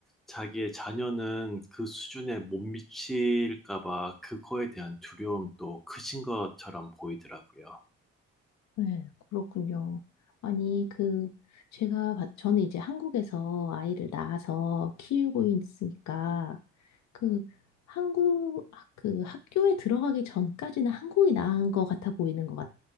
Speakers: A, in the centre; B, on the left.
A: 자기의 자녀는 그 수준에 못 미칠까 봐 그거에 대한 두려움도 크신 것처럼 보이더라고요.
B: 네, 그렇군요. 아니, 그, 제가, 봤- 저는 이제 한국에서 아이를 낳아서 키우고 있으니까, 그, 한국, 학- 그 학교에 들어가기 전까지는 한국이 나은 것 같아 보이는 것 같,